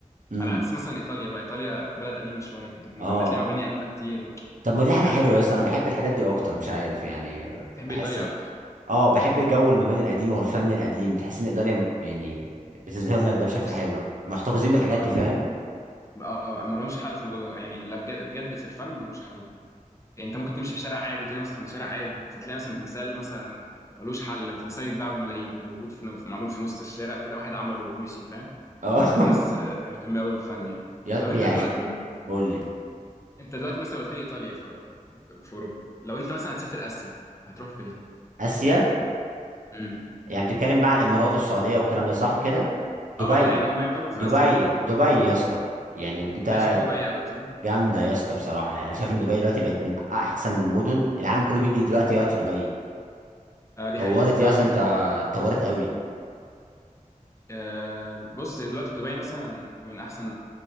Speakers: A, on the right; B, on the left.
A: امم
B: على عكس مثلا إيطاليا بقى إيطاليا بلد قديمة شوية يعني
A: اه
B: ما- هتلاقي مباني قديمة كتير و-
A: طب ما دي حاجه
B: فاهم
A: حلوه يا اسطى انا بحب الحاجات دي اكتر مش عارف يعني
B: تحب
A: بحس
B: إيطاليا أكتر
A: اه بحب جو المباني القديمه والفن القديم تحس ان ايطاليا م- يعني بتظهر لك ده بشكل
B: بص
A: حلو محتفظين بالحاجات
B: لو
A: دي فاهم
B: اه ما لهمش حل في الموضوع ده يعني لا بجد بجد في الفن ما لهمش حل يعني انت ممكن تمشي في شارع عادي كده مثلا شارع عادي فتلاقي مثلا تمثال مثلا ملوش حل تمثال يتباع بملايين موجود في في- معمول في نص الشارع كده واحد عمله ومشي فاهم
A: اه
B: الناس آه،
A: <laughs>
B: كانت مهتمه قوي بالفن يعني
A: يا-
B: طب
A: بيعيش
B: انت دلوقتي
A: قول لي
B: انت دلوقتي مثلا قلت لي ايطاليا في, في اوروبا لو انت مثلا هتسافر اسيا هتروح فين
A: اسيا
B: امم
A: يعني بنتكلم بقى على الامارات والسعوديه والكلام ده صح كده دبي
B: اه يعني هم يعتبروا في
A: دبي
B: اسيا برضه
A: دبي يا اسطى يعني انت رأي-
B: عايز تروح دبي قوي صح
A: جامده يا اسطى بصراحه يعني شايف ان دبي دلوقتي بقت من احسن المدن العالم كله بيجي دلوقتي يقعد في دبي
B: اه دي
A: طورت
B: حقيقه تعرف
A: يا اسطى انت
B: ان
A: اتطورت قوي
B: آه بص دلوقتي دبي مثلا من احسن